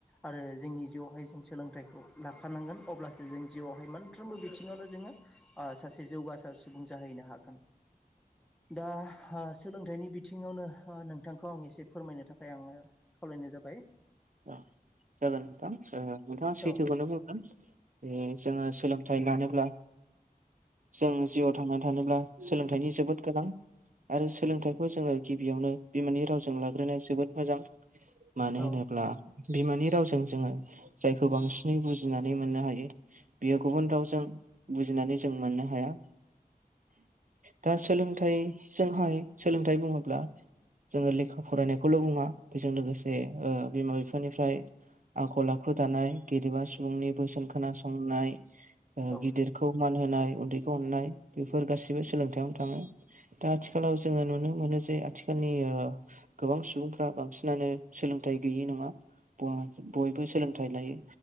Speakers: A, in the centre; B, on the right.
A: आरो जोंनि जिउआवहाय जों सोलोंथाइखौ लाखानांगोन अब्लासो जों जिउआवहाय मोनफ्रोमबो बिथिङावनो जोङो सासे जौगासार सुबुं जाहैनो हागोन। दा सोलोंथाइनि बिथिङावनो नोंथांखौ आं एसे फोरमायनो थाखाय आङो खावलायनाय जाबाय
B: औ जागोन नोंथां नोंथाङा सैथोखौनो
A: औ
B: बुंगोन जे जोङो सोलोंथाइ लानो ब्ला जों जिउआव थांनानै थानोब्ला सोलोंथाइनि जोबोद गोनां आरो सोलोंथाइखौ जोङो गिबियावनो बिमानि रावजों लाग्रोनाया जोबोद मोजां मानो होनोब्ला
A: ओ औ
B: बिमानि रावजों जोङो जायखौ बांसिनै बुजिनानै मोननो हायो बेयो गुबुन रावजों बु जायनानै जों मोननो हाया। दा सोलोंथाइजोंहाय सोलोंथाइ बुङोब्ला जोङो लेखा फरायनायखौल' बुङा बेजों लोगोसे बिमा बिफानिफ्राय आखल आखु दानाय गेदेमा सुबुंनि बोसोन खोनासंनाय
A: औ
B: गिदिरखौ मान होनाय उन्दैखौ अननाय बेफोर गासिबो सोलोंथाययावनो थाङो दा आथिखालाव जोङो नुनो मोनो जे आथिखाल नि गोबां सुबुंफ्रा बांसिन नानो सोलोंथाइ गैयि नङा बयबो सोलोंथाइ लायो